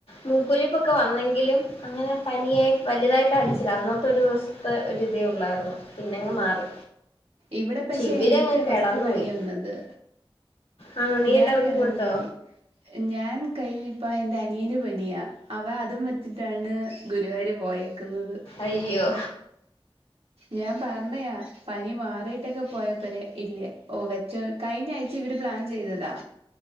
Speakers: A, on the left (about 80°); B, on the right (about 85°).
A: മൂക്കൊലിപ്പൊക്കെ വന്നെങ്കിലും അങ്ങനെ പനിയായി വലുതായിട്ടടിച്ചില അന്ന ത്തൊരു ദൂസ്ത്തെ ഒരിതേ ഉള്ളാർന്ന് പിന്നങ്ങ്
B: ആ
A: മാറി
B: ഇവിടെ പക്ഷെ
A: ഇവരങ്ങ്
B: എനിക്ക്യാ ഫസ്റ്റ്
A: കിടന്നുപോയി
B: പനി വന്നത്
A: ആണോ നീ
B: ഞാൻ
A: എല്ലാവർക്കും
B: കെടന്നുപോയി
A: കൊടുത്തോ
B: ഞാൻ കഴിഞ്ഞിപ്പ എന്റനിയന് പനിയാ അവ അതുംവച്ച് ട്ടാണ് ഗുരുവായൂര് പോയെ ക്ക്‌ന്നത്
A: അയ്യോ
B: ഞാൻ പറഞ്ഞയാ പനി മാറിയിട്ടൊക്കെ പോയപ്പോരെ ഇല്യ ഓ വെച്ചൊ കഴിഞ്ഞ ആഴ്ച ഇവർ പ്ലാൻ ചെയ്തതാ